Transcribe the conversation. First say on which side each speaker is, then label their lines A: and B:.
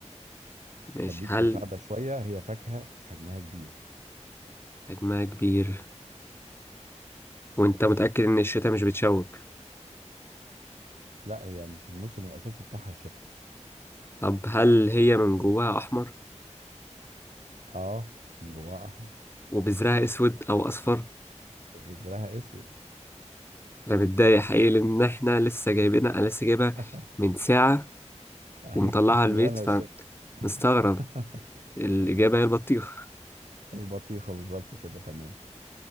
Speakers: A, on the left; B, on the right.
A: ماشي
B: اديك
A: هل
B: مساعده شويه هي فاكهه حجمها كبير
A: حجمها كبير وانت متأكد ان الشتاء مش بتشوك
B: لا هي مش الموسم الاساسي بتاعها الشتاء
A: طب هل هي من جواها أحمر
B: اه من جواها احمر
A: وبذرها أسود أو أصفر
B: وبذرها اسود
A: أنا متضايق حقيقي لأن احنا لسه جايبينها أنا لسه جايبها
B: <laughs>
A: من ساعة
B: ايوه
A: ومطلعها
B: بالهنا
A: البيت
B: والشفا
A: مستغرب
B: <laughs>
A: الإجابة هي البطيخ
B: البطيخه بالظبط كده تمام